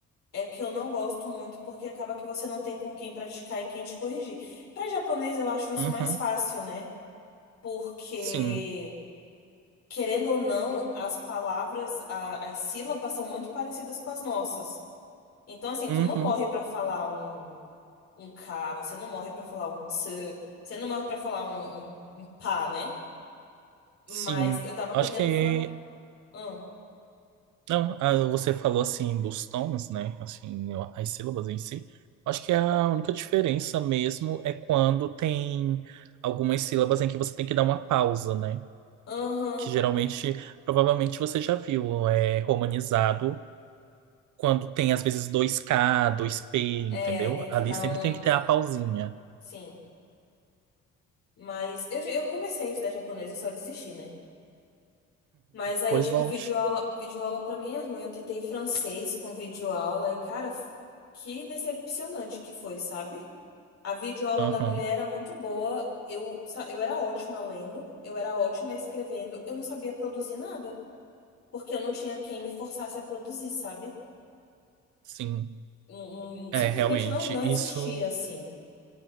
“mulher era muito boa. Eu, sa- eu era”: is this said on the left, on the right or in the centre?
Left